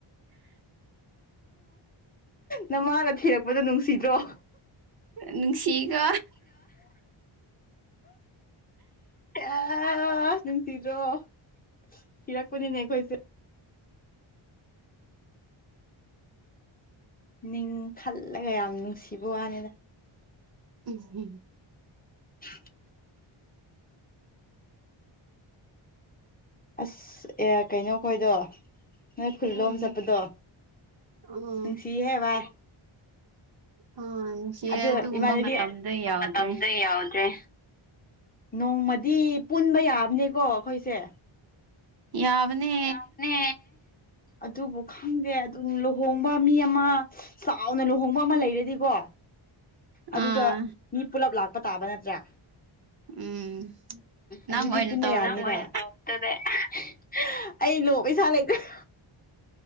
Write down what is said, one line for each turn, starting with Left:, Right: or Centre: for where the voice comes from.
Left: ꯅꯃꯥꯅ ꯊꯤꯔꯛꯄꯗꯣ ꯅꯨꯡꯁꯤꯗ꯭ꯔꯣ
Right: ꯅꯨꯡꯁꯤꯀꯣ
Left: ꯑꯥ ꯁꯤꯗꯔꯣ ꯀꯤꯔꯛꯄꯅꯤꯅꯦ ꯑꯩꯈꯣꯏꯁꯨ ꯅꯤꯡ ꯈꯜꯂꯒ ꯌꯥꯝ ꯅꯨꯡꯁꯤꯕ ꯋꯥꯅꯤꯗ
Right: ꯎꯝ ꯎꯝ
Left: <inaudible> ꯑꯁ ꯑꯦ ꯀꯩꯅꯣ ꯈꯣꯏꯗꯣ ꯅꯣꯏ ꯈꯨꯜꯂꯣꯝ
Right: ꯎꯝ
Left: ꯆꯠꯄꯗꯣ
Right: ꯑꯣ
Left: ꯅꯨꯡꯁꯤꯍꯦ ꯚꯥꯏ
Right: ꯑꯥ ꯅꯨꯡꯁꯤꯌꯦ
Left: ꯑꯗꯨ
Right: ꯑꯗꯨꯒꯨꯝꯕ
Left: ꯏꯃꯥꯟꯅꯕꯤ
Right: ꯃꯇꯝꯗꯣ
Left: <inaudible>
Right: ꯌꯥꯎꯗ꯭ꯔꯦ
Left: ꯃꯇꯝꯗ ꯌꯥꯎꯗ꯭ꯔꯦ ꯅꯣꯡꯃꯗꯤ ꯄꯨꯟꯕ ꯌꯥꯕꯅꯦꯀꯣ ꯑꯩꯈꯣꯏꯁꯦ
Right: ꯌꯥꯕꯅꯦ
Left: ꯌꯥꯕꯅꯦ ꯑꯗꯨꯕꯨ ꯈꯪꯗꯦ ꯑꯗꯨ ꯂꯨꯍꯣꯡꯕ ꯃꯤ ꯑꯃ ꯆꯥꯎꯅ ꯂꯨꯍꯣꯡꯕ ꯑꯃ ꯂꯩꯔꯗꯤꯀꯣ ꯑꯗꯨꯗ
Right: ꯑꯥ
Left: ꯃꯤ ꯄꯨꯂꯞ ꯂꯥꯛꯄ ꯇꯥꯕ ꯅꯠꯇ꯭ꯔ
Right: ꯎꯝ ꯅꯪ
Left: ꯑꯗꯨꯗꯤ
Right: ꯑꯣꯏꯅ
Left: ꯄꯨꯟꯕ
Right: ꯇꯧꯔ
Left: ꯌꯥꯅꯤꯅ
Right: ꯑꯗꯨꯗꯤ
Left: <unintelligible> ꯑꯩ ꯂꯣ ꯄꯩꯁꯥ ꯂꯩꯇꯕ